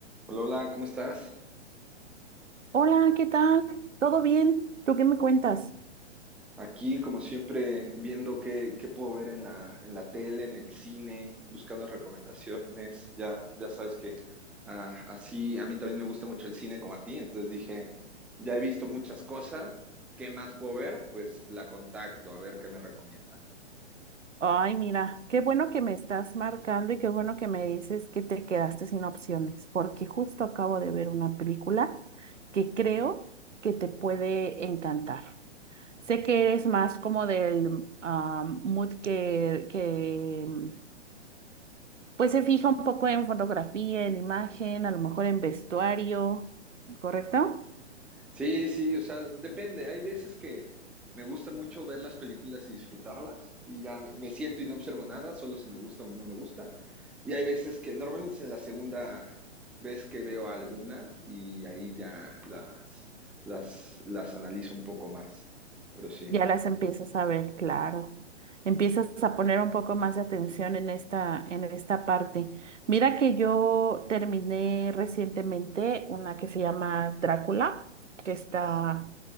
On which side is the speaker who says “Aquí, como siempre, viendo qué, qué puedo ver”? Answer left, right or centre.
Centre